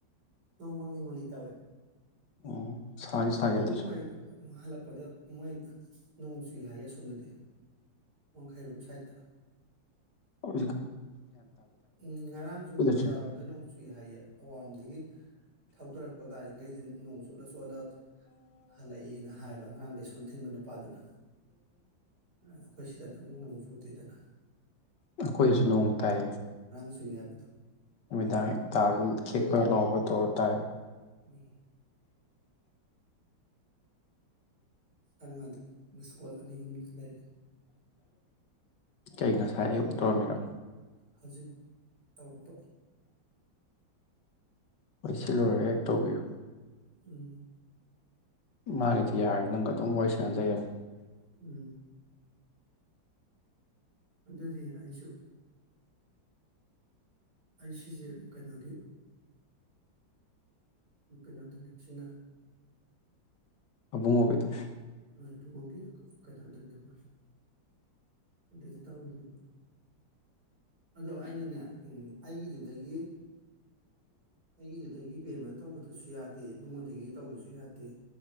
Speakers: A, on the right; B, on the left.
A: ꯅ ꯃꯪꯅꯤ ꯃꯂꯤ ꯇꯋꯦ
B: ꯎꯝ ꯁꯥꯁꯨ ꯁꯥꯏ
A: ꯏꯕꯨꯡꯉ
B: ꯑꯗꯨꯁꯨ
A: ꯍꯜꯂꯛꯄꯗ ꯃꯣꯏ ꯅꯣꯡ ꯆꯨꯏ ꯍꯥꯏꯌꯦ ꯑꯁꯣꯝꯗꯗꯤ ꯋꯥꯡꯈꯩꯔꯣꯝ ꯁꯥꯏꯠꯇ
B: ꯍꯧ
A: ꯎꯝ ꯉꯔꯥꯡꯁꯨ ꯕꯖꯥꯔꯣꯝꯗ
B: ꯆꯨꯏ
A: ꯅꯣꯡ ꯆꯨꯏ ꯍꯥꯏꯌꯦ ꯑꯋꯥꯡꯔꯣꯝꯗꯒꯤ ꯊꯧꯗꯣꯔꯛꯄ ꯒꯥꯔꯤ ꯩ ꯅꯣꯡ ꯆꯣꯠꯂ ꯆꯣꯠꯂ ꯍꯜꯂꯛꯏꯦꯅ ꯍꯥꯏꯕ ꯑꯔꯥꯡ ꯕꯦꯁꯣꯟ ꯊꯤꯟꯕ ꯅꯨꯄꯥꯗꯨꯅ ꯑꯩꯈꯣꯏ ꯁꯤꯗ ꯅ ꯑꯃꯨꯛ ꯅ ꯁꯨꯗꯦꯗꯅ
B: ꯑꯩꯈꯣꯏꯗꯁꯨ ꯅꯣꯡ ꯇꯥꯏ
A: ꯆꯨꯏ ꯍꯥꯏꯕꯗꯣ
B: ꯅꯨꯃꯤꯗꯥꯡ ꯇꯥꯕ ꯈꯦꯛꯄ ꯉꯥꯎꯕ ꯇꯧꯔ ꯇꯥꯏ
A: ꯎꯝ ꯁꯥꯔꯃ ꯑꯗꯨ ꯁ꯭ꯀꯨꯜ ꯑꯅꯤ ꯑꯍꯨꯝ ꯂꯩꯔ
B: ꯀ ꯉꯁꯥꯏ ꯇꯣꯃꯤꯔ
A: ꯍꯧꯖꯤꯛ ꯇꯧꯔꯛꯄ
B: ꯃꯣꯏ ꯁꯤꯜꯂꯨꯔꯒ ꯍꯦꯛ ꯇꯧꯕꯤꯌꯨ
A: ꯎꯝ
B: ꯃꯥꯅꯤꯗꯤ ꯌꯥꯔꯦ ꯅꯪꯒ ꯑꯗꯨꯝ ꯋꯥꯔꯤ ꯁꯥꯟꯅꯖꯩꯅꯤ
A: ꯎꯝ ꯑꯗꯨꯅꯤ ꯑꯩꯁꯨ ꯑꯩ ꯁꯤꯁꯦ ꯀꯩꯅꯣꯒꯤ ꯀꯩꯅꯣꯗ ꯂꯩꯕꯁꯤꯅ
B: ꯑꯕꯨꯡ ꯃꯣꯕꯤꯗ
A: ꯏꯨꯡꯒꯤ ꯀꯩꯅꯣꯗꯨꯅꯦꯕ ꯑꯗꯨꯗꯩꯗ ꯇꯧꯔꯤꯅꯦꯕ ꯑꯗꯣ ꯑꯩꯅꯅꯦ ꯑꯩꯒꯤꯗꯨꯗꯒꯤ ꯍꯒꯤꯠꯇꯒꯤꯕꯃ ꯇꯧꯕꯗꯨꯁꯨ ꯌꯥꯗꯦ ꯏꯕꯉꯣꯟꯗꯒꯤ ꯇꯧꯕꯁꯨ ꯌꯥꯗꯦ